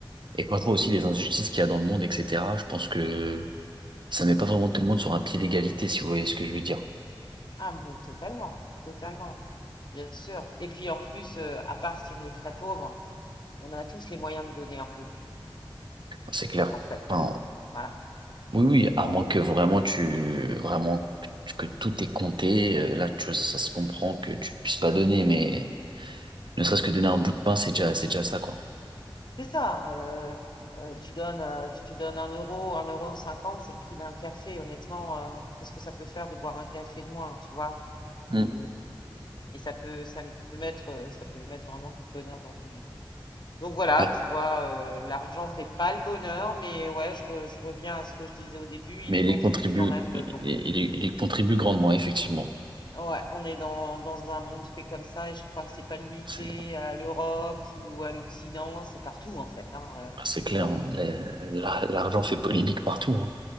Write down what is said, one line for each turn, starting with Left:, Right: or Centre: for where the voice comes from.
Right: Et quand je vois aussi les injustices qu'il y a dans le monde, etc., je pense que ça met pas vraiment tout le monde sur un pied d'égalité, si vous voyez ce que je veux dire.
Left: Ah, mais totalement, totalement, bien sûr. Et puis en plus, euh, à part si on est très pauvre, on a tous les moyens de donner un peu,
Right: C'est clair.
Left: en fait.
Right: Enfin,
Left: Voilà.
Right: oui, oui, à
Left: On-
Right: moins que
Left: on-
Right: vraiment tu, vraiment que tout est compté, euh, là, tu vois, ça se comprend que tu puisses pas donner, mais ne serait-ce que donner un bout de pain, c'est déjà, c'est déjà ça, quoi.
Left: c'est ça. euh, euh, tu donnes, euh, tu donnes un euro, un euro cinquante, c'est le prix d'un café. Honnêtement, euh, qu'est-ce que ça peut faire de boire un café de moins, tu vois?
Right: Mm.
Left: C'est, et ça peut, ça peut mettre, euh, ça peut mettre vraiment du bonheur dans une vie. Donc voilà,
Right: Alors,
Left: tu vois, euh, l'argent fait pas le bonheur, mais ouais, je, re- je reviens à ce que je disais au début, il
Right: Mais
Left: y
Right: il
Left: contribue
Right: y contribue,
Left: quand même
Right: il,
Left: euh, beaucoup,
Right: il- il
Left: beaucoup,
Right: y contribue
Left: beaucoup.
Right: grandement, effectivement.
Left: Ouais, on est dans, dans un monde fait comme ça et je crois que c'est pas limité
Right: C'est
Left: à l'Europe ou à l'Occident, c'est partout en fait, hein, euh,
Right: c'est clair,
Left: partout.
Right: hein. Les- la- l'argent fait polémique partout, hein.